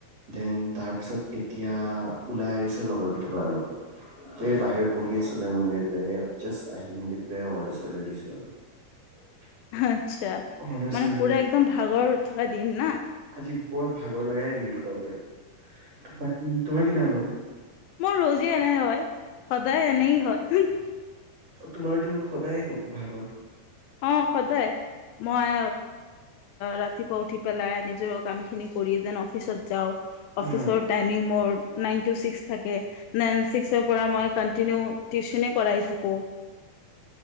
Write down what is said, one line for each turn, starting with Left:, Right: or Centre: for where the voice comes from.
Right: দেন তাৰ পিছত এতিয়া ওলাই আহিছো লগৰ কেইটাবাৰ লগত বাহিৰত বহি আছো ম জাষ্ট আহি মেলি। <unintelligible>
Left: আচ্ছা
Right: অৰ্ডাৰ চৰ্ডাৰ
Left: মানে পুৰা একদম ভাগৰ থকা দিন ন।
Right: আজি বৰ ভাগৰ লগাই দিন কব পাৰি। বাকী তোমাৰ কি ন হম
Left: মোৰ ৰজী এনে হয় সদায় এনে হয় ।
Right: তোমাৰতো সদায়ে কব ভাগৰ
Left: অ সদায় মই ৰাতিপুৱা উঠি পেলাই নিজৰ কামখিনি কৰি যেন অফিচত যাওঁ । অফিচৰ
Right: হা
Left: টাইমিং মোৰ নাইনটো ছিক্স থাকে নাইন ছিক্সৰ পৰা মই কন্টিনিউ টিউচনে কৰাই থাকো